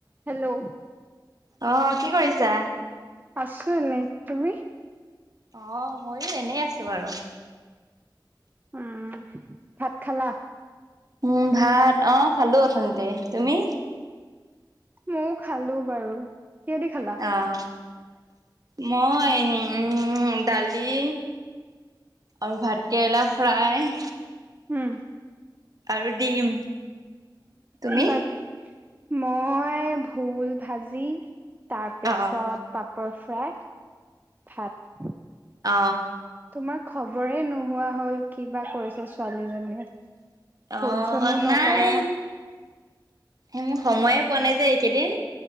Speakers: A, on the right (about 25°); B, on the right (about 50°).
A: Hello
B: অ' কি কৰিছা?
A: আছো এনে তুমি।
B: অ' মইয়ো এনেই আছো বাৰু।
A: উম ভাত খালা।
B: উম ভাত অ' খালো অথনিতে তুমি।
A: ময়ও খালো বাৰু কিহেদি খালা।
B: অ', মই উম উ দালি। আৰু ভাতকেৰেলা ফ্ৰাই।
A: উম
B: আৰু ডিম। তুমি?
A: উ বাকি। মই ভোল ভাজি তাৰপিছত।
B: অ',
A: পাপৰ ফ্ৰাই ভাত।
B: অ।
A: তোমাৰ খবৰে নোহোৱা হল কিবা কৰিছ ছোৱালীজনীয়ে। ফোন
B: অ',
A: চোনো নকৰা।
B: নাই মো সময়ে পোৱা নাই যে এইকেইদিন।